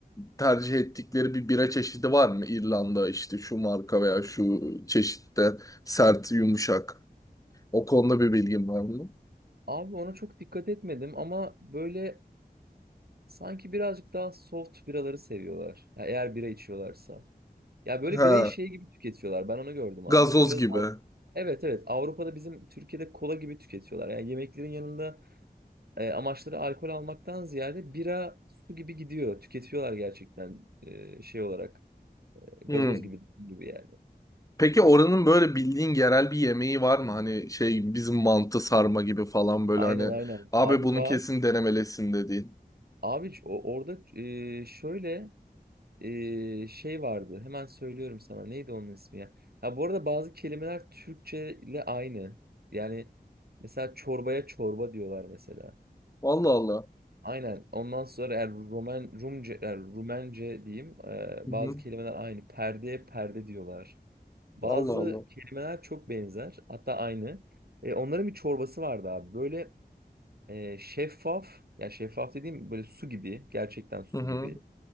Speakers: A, on the left; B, on the right.
A: tercih ettikleri bir bira çeşidi var mı? İrlanda işte şu marka veya şu çeşitte sert yumuşak. O konuda bir bilgim var mı?
B: Abi ona çok dikkat etmedim ama böyle Sanki birazcık daha soft biraları seviyorlar. Ya eğer bira içiyorlarsa. Ya böyle
A: Ha,
B: birayı şey gibi tüketiyorlar. Ben onu gördüm abi.
A: gazoz
B: Biraz
A: gibi.
B: Av- Evet evet Avrupa'da bizim Türkiye'de kola gibi tüketiyorlar. Yani yemeklerin yanında e, amaçları alkol almaktan ziyade bira su gibi gidiyor. Tüketiyorlar gerçekten e, şey olarak e,
A: Hmm.
B: gazoz gibi gibi yani.
A: Peki oranın böyle bildiğin yerel bir yemeği var mı? Hani şey bizim mantı sarma gibi falan böyle
B: Aynen
A: hani
B: aynen.
A: abi
B: Abi
A: bunu
B: var.
A: kesin denemelisin dediğin.
B: Abi o, orada e, şöyle Ee, şey vardı. Hemen söylüyorum sana. Neydi onun ismi ya? Ya bu arada bazı kelimeler Türkçe ile aynı. Yani mesela çorbaya çorba diyorlar mesela.
A: Allah Allah.
B: Aynen. Ondan sonra eğer Rumen, Rumce, eğer Rumence diyeyim. e,
A: Hı hı.
B: bazı kelimeler aynı. Perdeye perde diyorlar. Bazı
A: Allah Allah.
B: kelimeler çok benzer. Hatta aynı. E, onların bir çorbası vardı abi. Böyle e, şeffaf. Ya şeffaf dediğim böyle su gibi. Gerçekten su
A: Hı hı.
B: gibi.